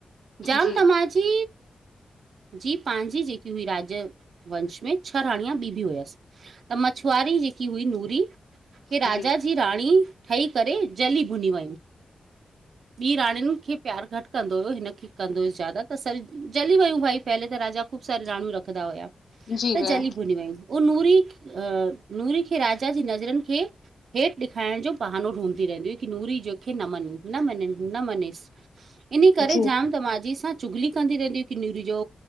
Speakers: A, on the right (about 75°); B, on the left (about 70°).
A: जाम
B: जी
A: त माजी जी पाहिंजी जेकी हुई राज्य वंश में छह राणियां ॿी भी हुयसि। त मछुआरी जेकी हुई नूरी हे राजा
B: जी
A: ही राणी ठही करे जली भुनी वयूं ॿी राणियुनि खे प्यारु घटि कंदो हुयो हिन खे कंदो हुअसि ज्यादा त स जली वयूं भई पहले त राजा ख़ूब सारी राणियू रखंदा हुया।
B: जी
A: त
B: भेण
A: जली भूनी वयूं उह नूरी अ नूरी खे राजा जी नज़रनि खे हेठि ॾेखारण जो बहानो ढूंढ रहंदी हुई की नूरी जो खे न मने न मञे न मञेसि इनी करे
B: जी
A: जाम त माजी सां चुगली कंदी रहंदी हुई की नूरी जो